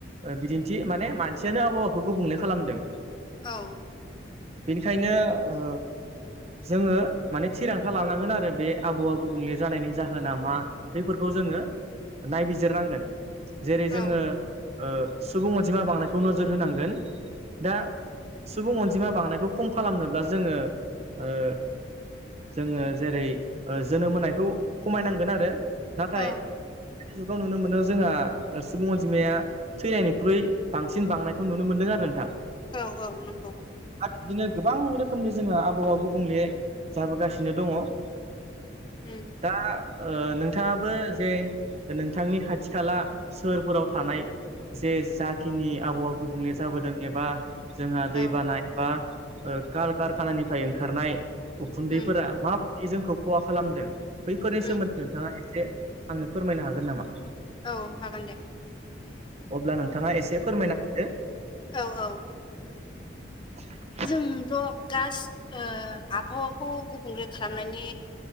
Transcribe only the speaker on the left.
औ
औ
औ
औ औ नंगौ
उम
औ
उम
उम
औ हागोन दे
औ औ
जोंथ गास ओ आबहावाखौ गुबुंले खालामनायनि